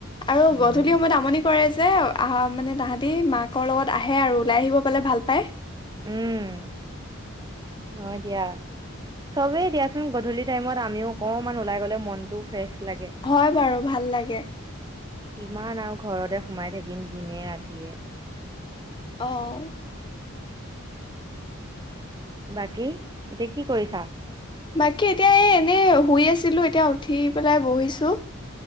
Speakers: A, on the left (about 20°); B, on the right (about 20°).
A: আৰু
B: উম
A: গধূলি সময়ত আমনি কৰে যে, আহা মানে তাহাঁতি মাকৰ লগত আহে আৰু ওলাই আহিব পালে ভাল পায়।
B: উম, হয়, দিয়া চবেই দিয়াচোন গধূলি টাইমত আমিও অকণমান ওলাই গ'লে মনটো ফ্ৰেছ লাগে
A: হয়, বাৰু ভাল লাগে।
B: কিমান আৰু ঘৰতে সোমাই থাকিম দিনে, ৰাতিয়ে।
A: অহ।
B: বাকী এতিয়া কি কৰিছা?
A: বাকী এতিয়া এই, এনেই শুই আছিলো এতিয়া উঠি পেলাই বহিছোঁ।